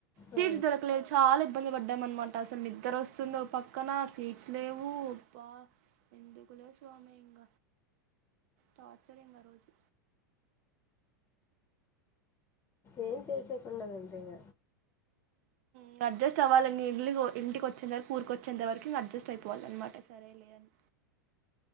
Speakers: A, on the right; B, on the left.
A: సీట్స్
B: ఆ,
A: దొరకలేదు చాలా ఇబ్బంది పడ్డామ్ అనమాట అసలు నిద్దరోస్తుందో ఓ పక్కన సీట్స్ లేవు అబ్బా ఎందుకు లే స్వామి ఇంగ టార్చర్ ఇంగా రోజు
B: ఏమ్ చేసెకుండద్ అంతే ఇగ
A: హ్మ్ అడ్జస్ట్ అవ్వాలి. ఇన్నీ ఇల్లి గో ఇంటికి వచ్చేంత వరకు ఊరిక వచ్చేంత వరకు అడ్జస్ట్ అయిపోవాలి. అనమాట సరే లే అని